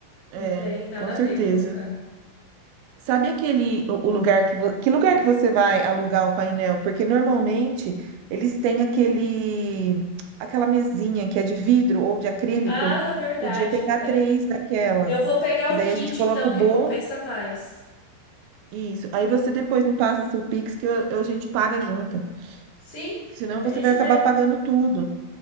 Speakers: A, on the right; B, on the left.
A: é,
B: não tem nada
A: com certeza.
B: a ver colocar.
A: Sabe aquele o o lugar que vo- que lugar que você vai alugar o painel? Porque normalmente eles têm aquele aquela mesinha que é de vidro ou de acrílico.
B: Ah, verdade.
A: Podia pegar três daquela,
B: Eu vou pegar
A: que
B: o
A: daí
B: kit,
A: a gente coloca
B: então,
A: o
B: que
A: bolo
B: compensa mais.
A: e isso. Aí você depois me passa seu Pix que eu- eu- a gente paga junto.
B: Sim,
A: Senão
B: a
A: você
B: gente
A: vai acabar
B: vê.
A: pagando tudo.